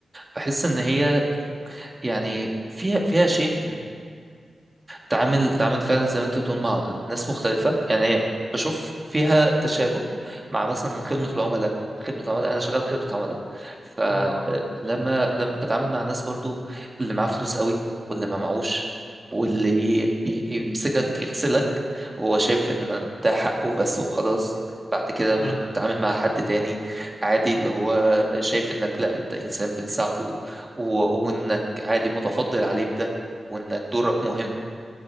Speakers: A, on the right; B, on the left.
A: بحس إن هي يعني فيها فيها شيء تعامل تعامل فعلا زي ما انت بتقول مع ناس مختلفة يعني هي بشوف فيها تشابه مع مثلا خدمة
B: اه
A: العملاء خدمة عملاء أنا شغال خدمة عملاء فلما
B: اه
A: لما بتعامل مع ناس برضو اللي معاه فلوس قوي واللي ما معهوش واللي بيمسكك يغسلك وهو شايف إن ده حقه بس وخلاص بعد كده
B: اه
A: بتتعامل مع حد تاني عادي اللي هو شايف إنك لا أنت إنسان بتساعده و- وإنك عادي متفضل عليه بده وإنك دورك مهم